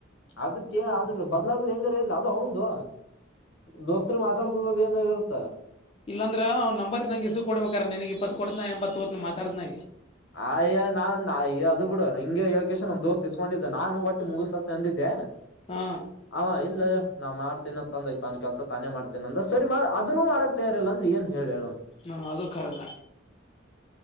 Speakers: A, on the left; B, on the left.
A: ಅದ ಚ ಅದ ಬದ್ಲಾಗುದ ಹೆಂಗಾರ ಇಲ್ಲರಿ. ಅವಂದು ದೋಸ್ತರಿಗ ಮಾತಾಡ್ಸುದ ಅದ ಏನರ ಇರತ್ತ
B: ಇಲ್ಲಾಂದ್ರೆ ಅವ್ ನಂಬರ್ ನಂಗ ಇಸದ ಕೊಡ್ಬೇಕಾರ ನನ್ಗ್ ಇಪ್ಪತ್ತು ಕೊಡ್ತನ ನಾ ಎಂಬತ್ತ್ ತೊಗೋತೆನಿ ಮಾತಾಡತೇನ ಈಗ
A: ಆಯ್ಯ ನಾನ್ ಅಯ್ಯ ಅದು ಬಿಡು ಹಿಂಗೆ ಹೇಳಿಕೆಶಿ ನಮ್ ದೋಸ್ತ್ ಇಸ್ಕೊಂಡಿದ್ದ ನಾನು ಒಟ್ಟ ಮುಗಸ ಅಂತ ಅಂದಿದ್ದೆ.
B: ಹಾ
A: ಅವ ಇಲ್ಲ ನಾ ಮಾಡ್ತೇನ ಅಂತ ಅಂದ ತನ್ ಕೆಲಸ ತಾನೇ ಮಾಡ್ತೇನ ಅಂದ ಸರಿ ಮಾಡ ಅದನ್ನೂ ಮಾಡಕೂ ತಯಾರಿಲ್ಲ ಅಂದ ಏನು ಹೇಳಲಿ ಹೇಳ್
B: ಹ್ಮ ಅದು ಕರೀನ.